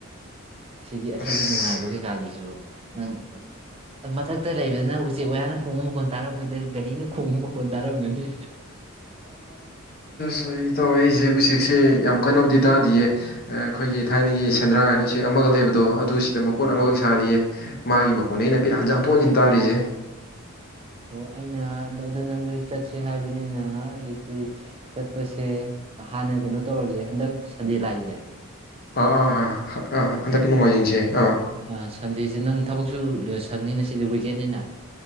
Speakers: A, on the right; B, on the left.
A: ꯑꯁꯤꯒꯤ ꯑꯁꯤꯒꯤ
B: ꯑꯁ
A: ꯅꯨꯡꯉꯥꯏꯕ ꯀꯩꯀꯥꯁꯤꯁꯨ ꯅꯪ ꯃꯊꯛꯇ ꯂꯩꯕꯗ ꯅꯪ ꯎꯆꯦꯛ ꯋꯥꯌꯥꯅ ꯈꯣꯡꯕ ꯃꯈꯣꯟ ꯇꯥꯔꯝꯃꯣꯏꯗ ꯒꯥꯔꯤꯅ ꯈꯣꯡꯕ ꯃꯈꯣꯟ ꯇꯥꯔꯝꯒꯅꯤ
B: ꯑꯗ ꯑꯩ ꯇꯧꯋ ꯑꯩꯁꯦ ꯎꯆꯦꯛꯁꯦ ꯌꯥꯝ ꯀꯟꯅꯕꯨꯗꯤ ꯇꯥꯗꯌꯦ ꯑꯩꯈꯣꯏꯒꯤ ꯊꯥꯏꯅꯒꯤ ꯁꯦꯟꯗ꯭ꯔꯥ ꯍꯥꯏꯅ ꯎꯆꯦꯛ ꯑꯃꯒ ꯂꯩꯕꯗꯣ ꯑꯗꯨ ꯁꯤꯗ ꯃꯀꯣꯟ
A: ꯑꯥ
B: ꯑꯃꯈꯛ ꯁꯥꯔꯤꯌꯦ ꯃꯥꯒꯤ ꯃꯈꯣꯟꯅ ꯑꯩꯅ ꯍꯟꯆꯥꯡ ꯍꯟꯇꯣꯛ ꯍꯟꯖꯤꯟ ꯇꯥꯔꯤꯁꯦ
A: ꯑ ꯑꯩꯅ ꯑꯗꯨ ꯅꯪ ꯆꯠꯁꯦ ꯍꯥꯏꯕꯅꯤꯅ ꯑꯗꯨꯗꯤ ꯆꯠꯄꯁꯦ ꯍꯥꯟꯅ ꯀꯩꯅꯣ ꯇꯧꯔꯁꯦ ꯍꯟꯗꯛ ꯁꯟꯗꯦ ꯂꯥꯛꯏꯁꯦ
B: ꯑꯥ ꯑꯥ ꯑꯥ ꯑꯥ ꯍꯟꯗꯛꯀꯤ ꯅꯣꯡꯃꯥꯏꯖꯤꯡꯁꯦ ꯑꯥ
A: ꯑ ꯁꯟꯗꯦꯁꯤ ꯅꯪ ꯊꯕꯛꯁꯨ ꯁꯪꯅꯤꯅ ꯁꯤꯗꯤ ꯋꯤꯛꯀꯦꯟꯅꯤꯅ